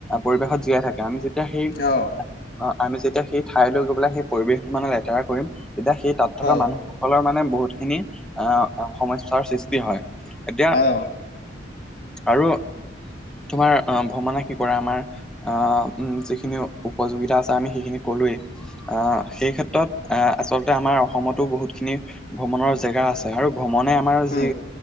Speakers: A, in the centre; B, on the left.
A: পৰিৱেশত জীয়াই থাকে, আমি যে তেতিয়া সেই
B: অ',
A: মান আ আমি যেতিয়া সেই ঠাইলৈ গৈ পেলাই, সেই পৰিৱেশটো মানে লেতেৰা কৰিম। তেতিয়া, সেই তাত
B: হয়,
A: থকা মানুহসকলৰ মানে, বহুতখিনি আ, অ', সমস্যাৰ সৃষ্টি হয়। এতিয়া,
B: অ',
A: আৰু তোমাৰ অ', ভ্ৰমনে কি কৰে আমাৰ আ, যিখিনি উপযোগিতা আছে, আমি সেইখিনি কলোৱেই। আ, সেই ক্ষেত্ৰত আ, আচলতে আমাৰ অসমতো বহুত খিনি ভ্ৰমণৰ জেগা আছে। চে আৰু ভ্ৰমণে আমাৰ
B: উম,
A: যি